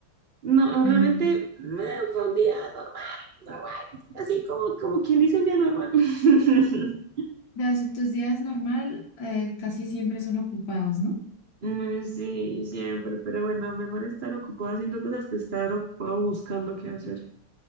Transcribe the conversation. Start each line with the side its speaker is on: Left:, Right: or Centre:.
Right: No,
Left: Ah,
Right: realmente eh, fue un día normal, normal, así como, como quien dice un día normal. <laughs>
Left: las- tus días normal eh, casi siempre son ocupados, ¿no?
Right: Mm, Sí, siempre, pero bueno, mejor estar ocupado haciendo cosas que estar ocupado buscando qué hacer.